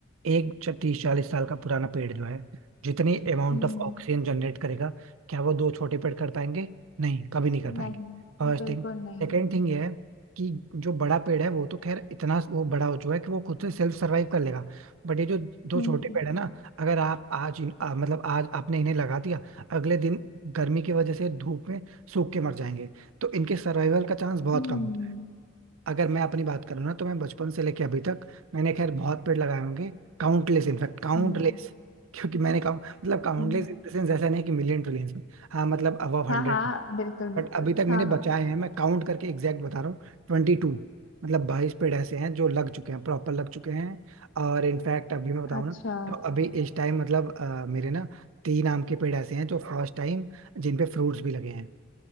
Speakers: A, on the right (about 85°); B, on the left (about 70°).
A: एक च- तीस चालीस साल का पुराना पेड़ जो है जितनी अमाउंट
B: हम्म
A: ऑफ ऑक्सीजन जनरेट करेगा क्या वो दो छोटे पेड़ कर पाएंगे नहीं कभी नहीं कर पाएंगे
B: नहीं
A: फर्स्ट
B: बिल्कुल
A: थिंग सेकेंड
B: नहीं
A: थिंग ये है कि जो बड़ा पेड़ है वो तो खैर इतना वो बड़ा हो चुका है कि वो खुद से सेल्फ सर्वाइव कर लेगा बट ये जो दो
B: हम्म
A: छोटे पेड़ है ना अगर आप आज इन- आ, मतलब आज आपने इन्हें लगा दिया अगले दिन गर्मी की वजह से धूप में सूख के मर जाएंगे तो इनके सर्वाइवल का चांस बहुत
B: हम्म
A: कम
B: हम्म
A: अगर मैं अपनी बात करूँ ना तो मैं बचपन से लेके अभी तक मैंने खैर बहुत पेड़ लगाए होंगे काउंटलेस इनफैक्ट काउंटलेस
B: हम्म,
A: क्योंकि मैंने काउ मतलब काउंटलेस
B: हम्म।
A: इन द सेंस ऐसा नहीं कि मिलियन ट्रिलियंस में हाँ मतलब अबव हंड्रेड
B: हाँ हाँ बिल्कुल बिल्कुल
A: बट अभी तक मैंने
B: हाँ
A: बचाए
B: हाँ
A: हैं मैं काउंट करके एग्जैक्ट बता रहा हूँ ट्वेंटी टू मतलब बाईस पेड़ ऐसे हैं जो लग चुके हैं प्रॉपर लग चुके हैं और इनफैक्ट अभी मैं बताऊँ
B: अच्छा
A: ना तो अभी इस टाइम मतलब अ, मेरे ना तीन आम के पेड़ ऐसे हैं जो फर्स्ट टाइम जिन पे फ्रूट्स भी लगे हैं